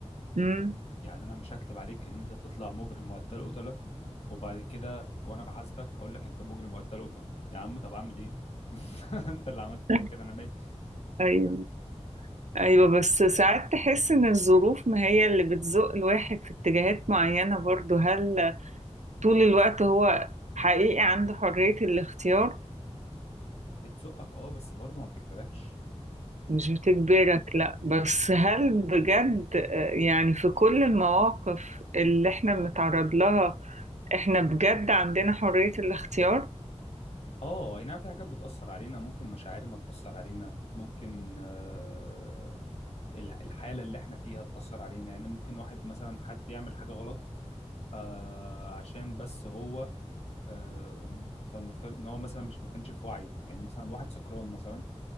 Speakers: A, on the right; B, on the left.
A: امم
B: يعني انا مش هكتب عليك ان انت تطلع مجرم وقتل قتله وبعد كده وانا بحاسبك اقول لك انت مجرم وقتل قتل يا عم طب اعمل ايه <laughs> انت اللي عملت فيا
A: <laughs>
B: كده انا مالي
A: أيوة. ايوه بس ساعات تحس ان الظروف ما هي اللي بتزق الواحد في اتجاهات معينة برضو هل طول الوقت هو حقيقي عنده حرية الاختيار
B: بتزقك اه بس برضه ما بتجبركش
A: مش بتجبرك لا بس هل بجد آه، يعني في كل المواقف اللي احنا بنتعرض لها احنا بجد عندنا حرية الاختيار
B: اه اي نعم في حاجات بتأثر علينا ممكن مشاعرنا تأثر علينا ممكن آه، الح- الحالة اللي احنا فيها تأثر علينا يعني ممكن واحد مثلا حد يعمل حاجة غلط آه عشان بس هو آه فلنفترض ان هو مثلا مش ما كانش في وعيه يعني مثلا واحد سكران مثلا